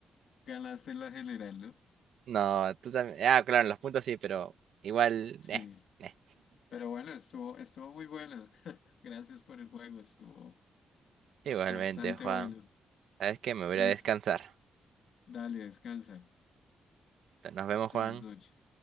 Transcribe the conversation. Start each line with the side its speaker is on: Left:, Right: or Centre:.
Left: ganaste la general, ¿no?
Right: No, tú también. Ah, claro, en los puntos sí, pero igual.
Left: Sí.
Right: eh, eh.
Left: Pero bueno, estuvo, estuvo muy bueno. <laughs> Gracias por el juego, estuvo
Right: Igualmente,
Left: bastante
Right: Juan.
Left: bueno.
Right: ¿Sabes qué? Me voy
Left: Entonces,
Right: a ir a descansar.
Left: dale, descansa.
Right: Nos vemos,
Left: Feliz
Right: Juan.
Left: noche.